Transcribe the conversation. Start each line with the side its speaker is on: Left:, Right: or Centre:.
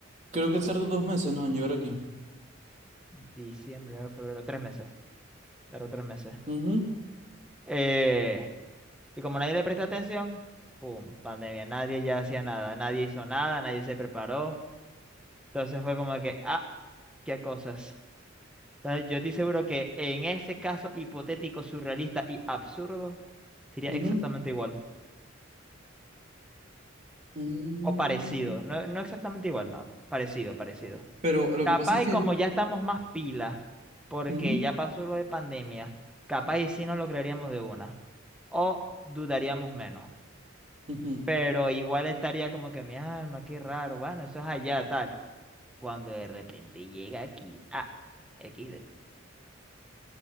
Right: creo, que tardó dos meses, ¿no? En llegar aquí.
Centre: Diciembre, enero, febrero, tres meses. Tardó tres meses.
Right: Ujú,
Centre: Eh, y como nadie le presta atención, ¡pum! Pandemia. Nadie ya hacía nada. Nadie hizo nada, nadie se preparó. Entonces fue como que, ah, qué cosas. Entonces, yo estoy seguro que en ese caso hipotético, surrealista y absurdo, sería
Right: ujú.
Centre: exactamente igual.
Right: Mm,
Centre: O parecido. No, no exactamente igual, no, no. Parecido, parecido.
Right: Pero lo
Centre: Capaz
Right: que pasa es
Centre: y
Right: que
Centre: como
Right: el...
Centre: ya estamos más pilas, porque
Right: Ujú,
Centre: ya pasó lo de pandemia, capaz y sí nos lo creeríamos de una. O dudaríamos menos.
Right: ujú.
Centre: Pero igual estaría como que mi alma, qué raro, bueno, eso es allá, tal. Cuando de repente llega aquí, ah, XD.